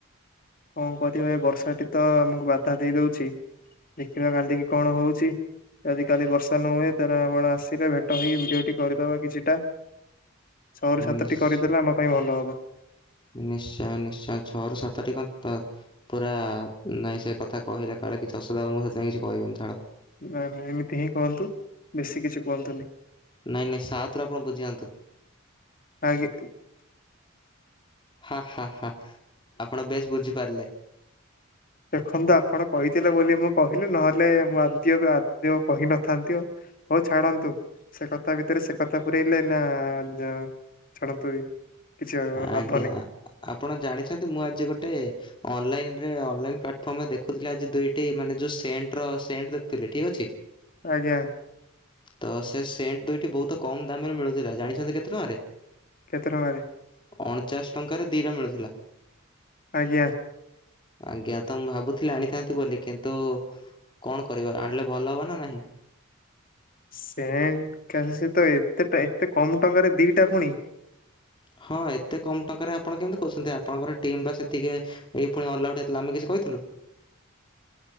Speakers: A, on the left; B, on the left.
A: କଁ କରିବା, ଏଇ ବର୍ଷାଟି ତ ଆମକୁ ବାଧା ଦେଇଦଉଛି, ଦେଖିବା କାଲିକି କଣ ହଉଛି। ଯଦି କାଲି ବର୍ଷା ନ ହୁଏ, ତାହାଲେ ଆପଣ ଆସିଲେ, ଭେଟ ହେଇି ଭିଡିଓ ଟି କରିଦବା କିଛିଟା। ଛଅରୁ ସାତଟି
B: ନିଶ୍ଚ-
A: କରିଦେଲେ, ଆମ ପାଇଁ ଭଲ ହବ।
B: ନିଶ୍ଚୟ ନିଶ୍ଚୟ ଛଅରୁ ସାତ ଟି କଁ ତ ପୁରା ନାଇଁ ସେ କଥା କହିଲେ କାଳେ କିଛି ଅସୁବିଧା ହବ, ମୁଁ ସେଥିପାଇଁ କିଛି କହିବିନି, ଛାଡ।
A: ନା ନା ଏମିତି ହିଁ କହନ୍ତୁ, ବେଶୀ କିଛି କୁହନ୍ତୁନି।
B: ନାହିଁ ନାହିଁ ସାତରୁ ଆପଣ ବୁଝିଯାଆନ୍ତୁ।
A: ଆଗି।
B: ହା-ହା-ହା ଆପଣ ବେଶ ବୁଝିପାରିଲେ।
A: ଦେଖନ୍ତୁ ଆପଣ କହିଥିଲେ ବୋଲି, ମୁଁ କହିଲି, ନହେଲେ ମୁଁ ଆଦ୍ୟକୁ କୁ ଆଦ୍ୟ କହିନଥାନ୍ତି ଓ। ହଉ ଛାଡନ୍ତୁ, ସେ କଥା ଭିତରେ, ସେ କଥା ପୁରଇଲେ, ଏଇନା ନ ଛାଡ଼ନ୍ତୁ ଏଇ କିଛି
B: ଆଜ୍ଞା
A: ଲାଭ ନାହିଁ।
B: ଆପଣ ଜାଣିଛନ୍ତି, ମୁଁ ଆଜି ଗୋଟେ। ଅନଲାଇନ୍ ରେ ଅନଲାଇନ୍ ପ୍ଲାଟଫର୍ମ ଦେଖୁଥିଲା ଆଜି ଦୁଇଟି ମାନେ ଯୋଉ ସେଣ୍ଟ ର ସେଣ୍ଟ ଦେଖୁଥିଲି, ଠିକ ଅଛି।
A: ଆଜ୍ଞା।
B: ତ, ସେ ସେଣ୍ଟ ଦୁଇଟି ବହୁତ କମ୍ ଦାମ୍ ରେ ମିଳୁଥିଲା, ଜାଣିଛନ୍ତି କେତେ ଟଙ୍କାରେ?
A: କେତେ ଟଙ୍କାରେ?
B: ଅଣଚାଷ ଟଙ୍କାରେ ଦିଟା ମିଳୁଥିଲା।
A: ଆଜ୍ଞା।
B: ଆଁଜ୍ଞା। ତ ମୁଁ ଭାବୁଥିଲି ଆଣିଥାନ୍ତି ବୋଲି କିନ୍ତୁ କଣ କରିବା ଆଣିଲେ ଭଲ ହବ ନା ନାହିଁ?
A: ସେଣ୍ଟ କାହା ସହିତ ଏତେ ଟା ଏତେ କମ୍ ଟଙ୍କାରେ ଦି ଟା ଫୁଣି।
B: ହଁ ଏତେ କମ୍ ଟଙ୍କାରେ ଆପଣ କେମିତି କହୁଛନ୍ତି? ଆପଣଙ୍କର ଟିମ୍ ପା ସେତିକିଏ ହେଇକି ଫୁଣି ଅଲଆଉଟ୍ ହେଇ ଥିଲା ଆମେ କିଛି କହିଥିଲୁ?